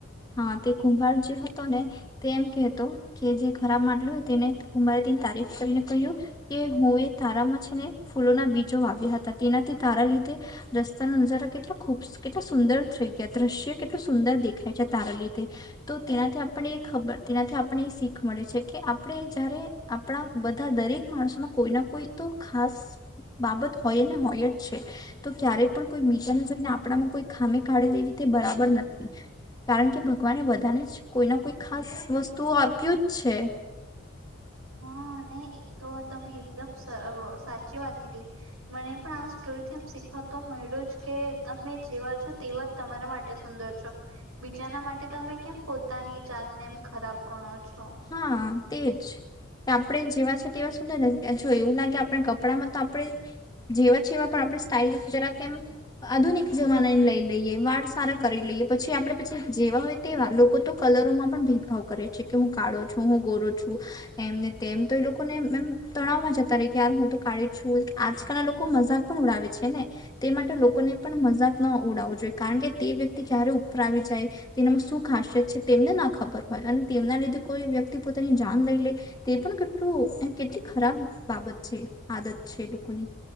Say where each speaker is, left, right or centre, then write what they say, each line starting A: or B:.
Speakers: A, on the left; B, on the right.
A: હા તે કુંભાર જે હતો ને તે એમ કેહેતો કે જે ખરાબ માટલું તેને કુંભારે તેની તારીફ કરીને કહ્યું કે હું એ તારામાં છે ને ફૂલોના બીજો વાવ્યા હતા તેનાથી તારા લીધે રસ્તાનો નજારો કેટલો ખૂબ કેટલા સુંદર થય. કે દ્રશ્ય કેટલું સુંદર દેખાય છે તારા લીધે તો તેનાથી આપને એ ખબર તેનાથી આપને એ શીખ મળે છે કે આપણે જયારે આપણા બધા દરેક માણસોમાં કોઈ ના કોઈ તો ખાસ બાબત હોય ને હોય જ છે તો ક્યારે પણ કોઈ બીજાને જોઈને આપણામાં કોઈ ખામી કાઢી લે તે બરાબર નથી કારણ કે ભગવાને બધાને જ કોઈના કોઈ ખાસ વસ્તુઓ આપ્યું જ છે
B: હા ને એ તો તમે એકદમ સ અ સાચી વાત કીધી મને પણ આ સ્ટોરીથી એમ શીખવા તો મળ્યું જ કે તમે જેવા છો તેવા જ તમારા માટે સુંદર છો બીજાના માટે તમે કેમ પોતાની જાતને એમ ખરાબ ગણો. છો
A: હા. તે જ કે આપણે જેવા છે તેવા સુંદર ને જો એવું લાગે આપણે કપડામાં તો આપણે જેવા છેવા પણ આપણે સ્ટાઇલ જરા કેમ આધુનિક જમાનાને લઈ લઈએ વાળ સારા કરી લઈએ પછી આપડે પછી જેવા હોય તેવા લોકો તો કલરોમાં પણ ભેદભાવ કરે છે કે હું કાડો છો હું ગોરો છું એમને તેમ તો એ લોકોનેમ તણાવમાં જતા રય કેયાર હું તો કાડી છું આજકાલના લોકો મજાક પણ ઉડાવે છે ને તે માટે લોકોને પણ મજાક ના ઉડાવવું જોઈએ કારણ કે તે વ્યક્તિ ક્યારે ઉપર આવી જાય તેનામાં શું ખાસિયત છે તેમને ના ખબર હોય અને તેમના લીધે કોઈ વ્યક્તિ પોતાની જાન લઈ લે તે પણ કેટલું કેટલી ખરાબ બાબત છે આદત છે એ લોકોની.